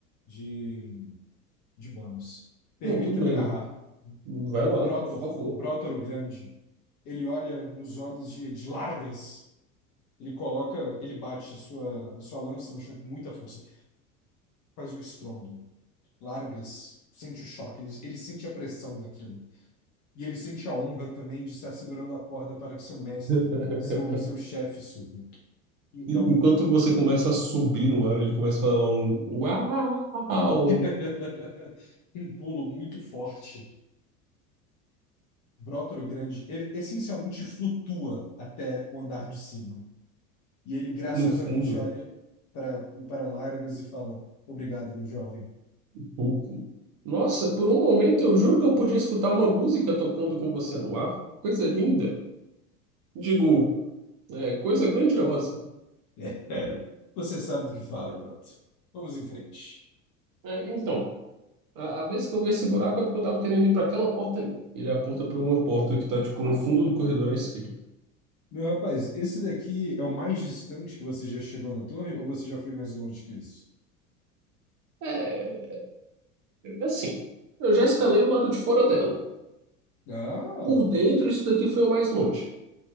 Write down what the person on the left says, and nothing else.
de, de Bonos. Permita-me
narrar.
Brotor,
Brotor o Grande, ele olha nos olhos de, de Largas. Ele coloca, ele bate a sua, a sua lança no chão com muita força. Faz o estrondo. Largas sente o choque, ele, ele sente a pressão daquilo. E ele sente a honra também de estar segurando a corda para que seu mestre,
seu, seu chefe suba. Então,
<laughs> um pulo muito forte. Brotor o Grande e- essencialmente flutua até o andar de cima. E ele graciosamente
olha para para Largas e fala: Obrigado, meu jovem.
É, é, você sabe do que fala, garoto. Vamos em frente.
Meu rapaz, esse daqui é o mais distante que você já chegou na torre ou você já foi mais longe que isso?
Ah,